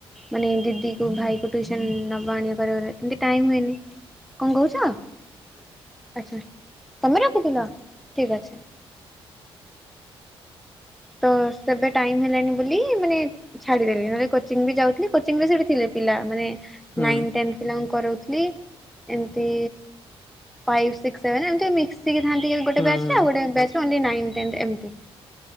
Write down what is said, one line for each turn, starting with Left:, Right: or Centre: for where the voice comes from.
Centre: ମାନେ ଦିଦି କୁ ଭାଇ କ ଟ୍ୟୁସନ ନବା ଆଣିବା କରିବ ଏମିତି ଟାଇମ ହୁଏନି। କଣ କହୁଛ ଆଚ୍ଛା ତମେ ରଖିଥିଲ ଠିକ୍ ଅଛି। ତ ସେବେ ଟାଇମ ହେଲାଣି ବୋଲି ମାନେ ଛାଡିଦେଲି ନହେଲେ କୋଚିଂ ବି ଯାଉଥିଲେ କୋଚ ସେଠି ଥିଲେ ପିଲା ମାନେ
Left: ହୁଁ ହୁଁ
Centre: ନାଇ ଟେନ ପିଲାଙ୍କୁ କରାଉଥିଲି ଏମତି ଫାଇଭ ସିକ୍ସ ସେଭେନ ଏମିତି ମିକ୍ସ ମିଶିକି ଥାନ୍ତି କି ଗୋଟେ
Left: ହୁଁ
Centre: ବ୍ୟାଚରେ
Left: ହୁଁ।
Centre: ଆଉ ଗୋଟେ ବ୍ୟାଚ ଓଲି ନାଇନ୍ ଟେନ୍ ଏମତି।